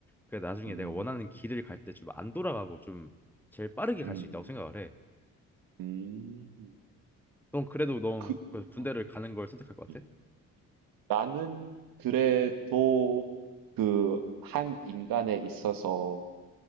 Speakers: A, in the centre; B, on the right (about 70°).
A: 그 나중에
B: 음,
A: 내가 원하는 길을 갈 때 좀 안 돌아가고 좀 제일 빠르게 갈
B: 음,
A: 수 있다고 생각을 해.
B: 음,
A: 넌 그래도 넌그
B: 그,
A: 군대를
B: 어,
A: 가는 걸 선택할 것
B: 음.
A: 같아?
B: 나는 그래도 그 한 인간에 있어서